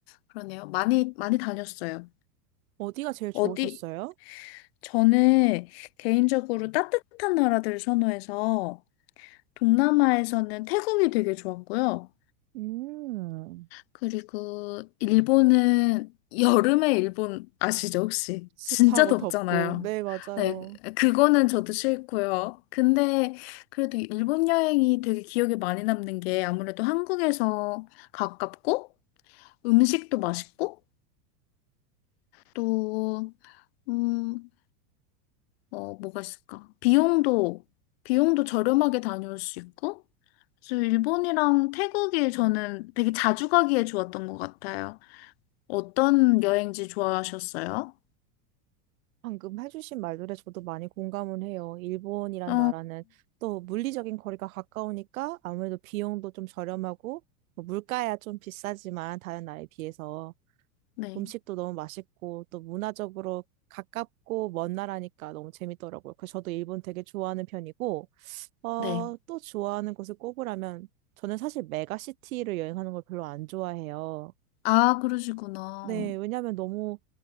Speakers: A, on the left; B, on the right.
A: 그러네요. 많이, 많이 다녔어요.
B: 어디가 제일 좋으셨어요?
A: 어디, 저는 개인적으로 따뜻한 나라들 선호해서, 동남아에서는 태국이 되게 좋았고요.
B: 음,
A: 그리고 일본은 여름에 일본 아시죠, 혹시?
B: 습하고
A: 진짜 덥잖아요.
B: 덥고, 네, 맞아요.
A: 네, 그거는 저도 싫고요. 근데 그래도 일본 여행이 되게 기억에 많이 남는 게 아무래도 한국에서 가깝고 음식도 맛있고 또, 음, 어, 뭐가 있을까? 비용도, 비용도 저렴하게 다녀올 수 있고 그래서 일본이랑 태국이 저는 되게 자주 가기에 좋았던 것 같아요. 어떤 여행지 좋아하셨어요?
B: 방금 해주신 말들에 저도 많이 공감은 해요. 일본이란
A: 어,
B: 나라는 또 물리적인 거리가 가까우니까 아무래도 비용도 좀 저렴하고 뭐 물가야 좀 비싸지만 다른 나라에 비해서
A: 네,
B: 음식도 너무 맛있고 또 문화적으로 가깝고 먼 나라니까 너무 재밌더라고요. 그래서 저도 일본 되게 좋아하는 편이고 어,
A: 네.
B: 또 좋아하는 곳을 꼽으라면 저는 사실 메가시티를 여행하는 걸 별로 안 좋아해요.
A: 아, 그러시구나.
B: 네, 왜냐하면 너무